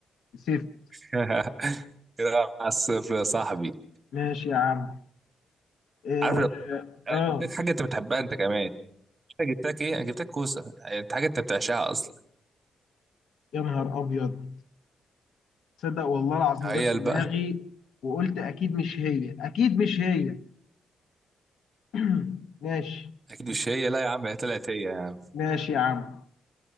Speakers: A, on the left; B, on the right.
A: سيف
B: <laughs> كده على الصفر يا صاحبي
A: ماشي يا عم اه
B: عارف لو انا
A: آه،
B: جبت لك حاجة انت بتحبها انت كمان انا جبت لك ايه انا جبت لك كوسة انت حاجة انت بتعشقها اصلا
A: يا نهار أبيض تصدق والله العظيم
B: هي
A: جت في دماغي
B: بقى
A: وقلت اكيد مش هي اكيد مش هي <clears throat> ماشي
B: اكيد مش هي لا يا عم هي طلعت هي يعني
A: ماشي يا عم